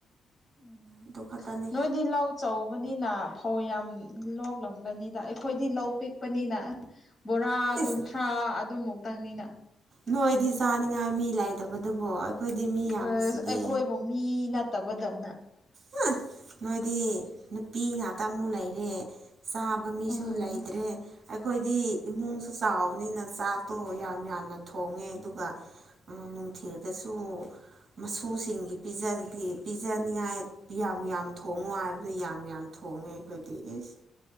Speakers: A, on the left; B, on the right.
A: ꯎꯝ
B: ꯑꯗꯨ ꯈꯛꯇꯅꯤ
A: ꯅꯣꯏꯗꯤ ꯂꯧ ꯑꯧꯕꯅꯤꯅ ꯐꯧ ꯌꯥꯝ ꯂꯣꯛꯂꯝꯒꯅꯤꯗ ꯑꯩꯈꯣꯏꯗꯤ ꯂꯧ ꯄꯤꯛꯄꯅꯤꯅ ꯕꯣꯔꯥ
B: ꯏꯁ
A: ꯀꯨꯟꯊ꯭ꯔꯥ ꯑꯗꯨꯃꯨꯛꯇꯪꯅꯤꯅ
B: ꯅꯣꯏꯗꯤ ꯆꯥꯅꯤꯡꯉꯥꯏ ꯃꯤ ꯂꯩꯇꯕꯗꯨꯕꯣ ꯑꯩꯈꯣꯢꯗꯤ ꯃꯤ ꯌꯥꯝꯃꯤꯁꯤꯗꯤ
A: ꯑꯦꯁ ꯑꯩꯈꯣꯏꯕꯨ ꯃꯤ ꯅꯠꯇꯕꯗꯧꯅ
B: ꯍꯥ ꯅꯣꯏꯗꯤ ꯅꯨꯄꯤ ꯉꯥꯛꯇ ꯑꯃꯨꯛ ꯂꯩꯔꯦ ꯆꯥꯕ ꯃꯤꯁꯨ
A: ꯎꯝ
B: ꯂꯩꯇ꯭ꯔꯦ ꯑꯩꯈꯣꯏꯗꯤ ꯏꯃꯨꯡꯁꯨ ꯆꯥꯎꯕꯅꯤꯅ ꯆꯥꯛꯇꯣ ꯌꯥꯝ ꯌꯥꯝꯅ ꯊꯣꯡꯉꯦ ꯑꯗꯨꯒ ꯑꯥ ꯅꯨꯡꯊꯤꯜꯗꯁꯨ ꯃꯁꯨꯁꯤꯡꯒꯤ ꯄꯤꯖ ꯄꯤꯖꯅꯤꯡꯉꯥꯏ ꯌꯥꯝ ꯌꯥꯝ ꯊꯣꯡꯉꯨ ꯍꯥꯏꯕꯗꯨ ꯌꯥꯝ ꯌꯥꯝ ꯊꯣꯡꯉꯦ ꯑꯩꯈꯣꯏꯗꯤ ꯏꯁ